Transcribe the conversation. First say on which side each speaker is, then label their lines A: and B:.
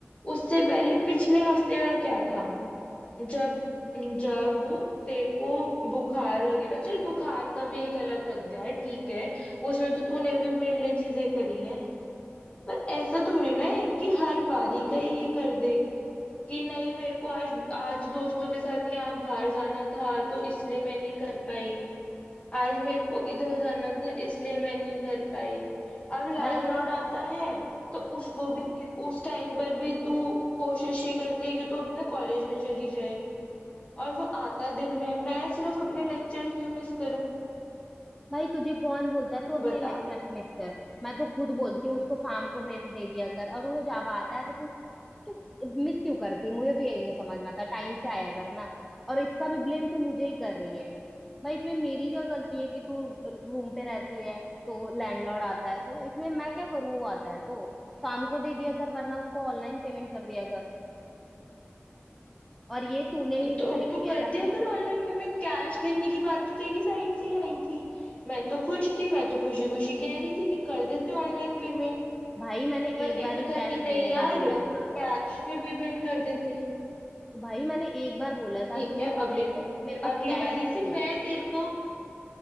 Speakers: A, on the left (about 25°); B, in the centre.
A: उससे पहले पिछले हफ्ते का क्या था जब जब तेरे को बुखार वगैरह चल बुखार का भी एक अलग रख दिया है, ठीक है उसमें तो तूने भी मेरे लिए चीजें करी हैं पर ऐसा थोड़ी ना है कि हर बारी का ही ये कर दे कि नहीं मेरे को आज आज दोस्तों के साथ यहाँ बाहर जाना था तो इसलिए मैं नहीं कर पाई आज मेरे को इधर जाना था इसलिए मैं नहीं कर पाई अब लैंडलॉर्ड
B: भाई
A: आता है तो उसको भी उस टाइम पर भी तू कोशिश ये करती है कि तू अपने कॉलेज में चली जाए और वो आता दिन में है। मैं सिर्फ अपने लेक्चर्स क्यों मिस करूं
B: भाई तुझे कौन बोलता है तू अपने
A: बता
B: लेक्चर मिस कर मैं तो खुद बोलती हूँ उसको शाम को रेंट दे दिया कर और वो जब आता है तो तू तू मिस क्यों करती है मुझे तो यही नहीं समझ में आता टाइम से आया कर ना और इसका भी ब्लेम तू मुझे ही कर रही है भाई इसमें मेरी क्या गलती है कि तू रूम पे रहती है तो लैंडलॉर्ड आता है तो इसमें मैं क्या करूँ वो आता है तो शाम को दे दिया कर वरना उसको ऑनलाइन पेमेंट कर दिया कर और ये तूने ही डिसाइड
A: तो तू
B: किया
A: कर
B: था
A: दिया
B: कि
A: कर ऑनलाइन पेमेंट कैश देने की बात तो तेरी साइड से ही आई थी मैं तो खुश थी मैं तो खुशी खुशी कह रही थी कि कर देते ऑनलाइन पेमेंट
B: भाई मैंने
A: पर
B: एक
A: देखो
B: बार ही
A: था
B: कैश
A: कि नहीं
B: देने
A: यार
B: का बोला था
A: कैश में पेमेंट कर देते हैं
B: तो भाई मैंने एक बार बोला था
A: ठीक
B: क्योंकि
A: है
B: उस
A: अगली
B: टाइम पे मेरे पास
A: अगली
B: कैश
A: बारी
B: ही
A: से
B: थे
A: मैं तेरे को